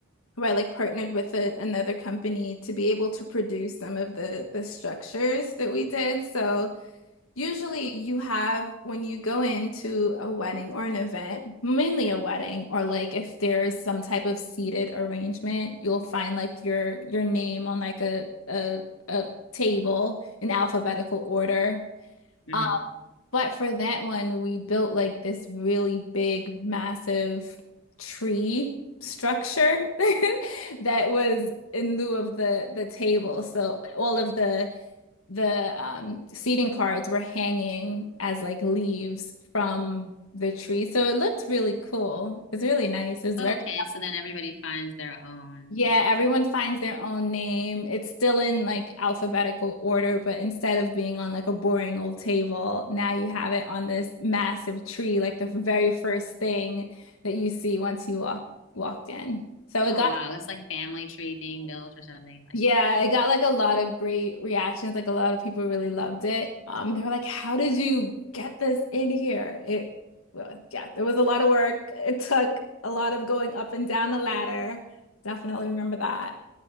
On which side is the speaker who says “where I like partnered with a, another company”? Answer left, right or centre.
Left